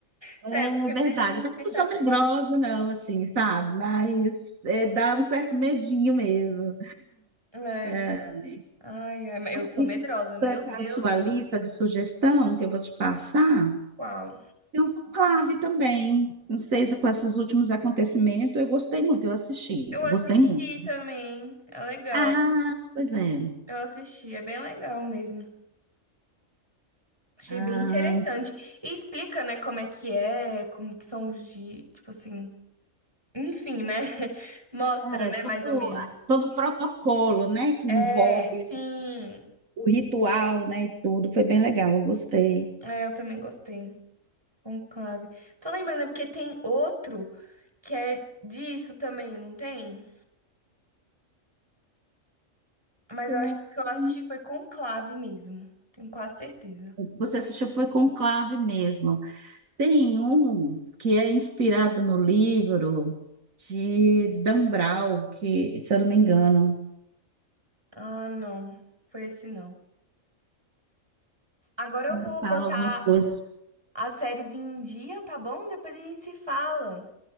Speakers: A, on the right; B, on the right.
A: Sério,
B: É
A: porque me
B: verdade,
A: deixa muito
B: eu
A: pensativa.
B: não sou medrosa, não, assim, sabe? Mas é, dá um certo medinho mesmo.
A: É.
B: É,
A: Ai, ai, mas eu sou
B: E
A: medrosa, meu
B: completar
A: Deus
B: a sua
A: do
B: lista de sugestão que eu vou te passar,
A: céu.
B: tem um conclave também. Não sei se com esses últimos acontecimentos, eu gostei muito, eu assisti,
A: Eu
B: eu
A: assisti
B: gostei muito.
A: também, é legal.
B: Ah, pois é.
A: Eu assisti, é bem legal mesmo. Achei
B: Ah,
A: bem interessante. E explica, né, como é que é, como que são os dias, tipo assim. Enfim, né? <laughs> Mostra,
B: é
A: né,
B: todo,
A: mais ou menos.
B: todo o protocolo, né, que
A: É,
B: envolve
A: sim.
B: o ritual, né, e tudo, foi bem legal, eu gostei.
A: É, eu também gostei. Conclave. Tô lembrando, é porque tem outro que é disso também, não tem? Mas
B: Sim.
A: eu acho que o que eu assisti foi Conclave mesmo. Tenho quase certeza.
B: Você assistiu, foi conclave mesmo. Tem um que é inspirado no livro de Dan Brown, que, se eu não me engano,
A: Ah, não. Foi esse não. Agora eu
B: Me
A: vou
B: fala
A: botar
B: algumas coisas.
A: as séries em dia, tá bom? Depois a gente se fala.